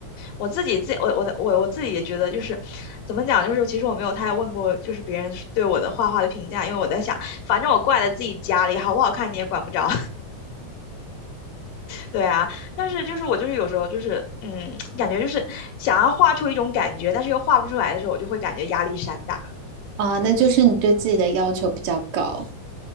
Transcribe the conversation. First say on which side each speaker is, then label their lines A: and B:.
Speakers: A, on the left (about 55°); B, on the right (about 80°).
A: 我自己自我我的我我自己也觉得就是怎么讲，就是其实我没有太问过就是别人对我的画画的评价，因为我在想，反正我挂在自己家里，好不好看你也管不着。对啊，但是就是我就是有时候就是，嗯，<tsk> 感觉就是想要画出一种感觉，但是又画不出来的时候，我就会感觉压力山大。
B: 啊、那就是你对自己的要求比较高